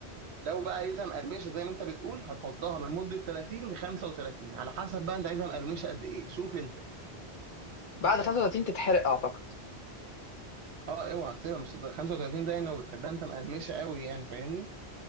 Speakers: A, on the right (about 75°); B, on the left (about 50°).
A: لو بقى عايزها مقرمشه زي ما انت بتقول هنحطها من مده 30 ل 35 على حسب بقى انت عايزها مقرمشه قد ايه شوف انت
B: بعد 35 تتحرق اعتقد
A: اه اوعى تسيبها مش 35 ده يعني لو بتحبها انت مقرمشه قوي يعني فاهمني